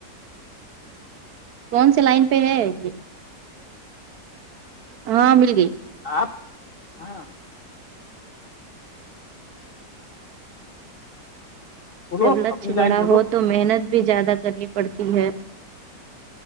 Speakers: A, on the right; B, on the left.
A: کون سی لائن پہ ہے یہ ہاں مل گئی
B: آپ ہاں بولو
A: جب لچ
B: اپنی
A: بڑا
B: لائن بولو
A: ہو تو محنت بھی زیادہ کرنی پڑتی ہے